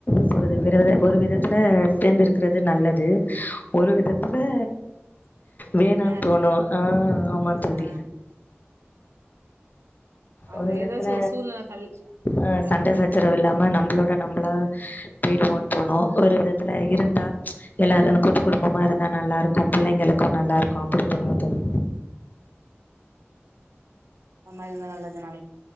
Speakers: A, on the left (about 40°); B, on the right (about 80°).
A: சொல்றது ஒரு வித ஒரு விதத்துல சேந்திருக்கிறது நல்லது ஒரு விதத் அ
B: <inaudible>
A: வேணான்
B: இருக்கு
A: தோணு ஆ ஆமாங் தோழி
B: ஆ அது
A: ஒரு விதத்துல
B: ஏதாச்சு ஒரு சூழ்நில தள்ளி
A: அ
B: இருக்கா
A: சண்ட
B: தோழி
A: சச்சரவு இல்லாம நம்ம நம்பளோட நம்பளா போய்டுவோன்னு தோணு ஒரு விதத்துல இருந்தா எல்லாருனு கூட்டு குடும்பமா இருந்தா நல்லா ருக்கும் பிள்ளைங்களுக்கும் நல்லா இருக்குமஅப்டித்தோணு தோழி
B: அந்த மாரி இருந்தா நல்லது நானே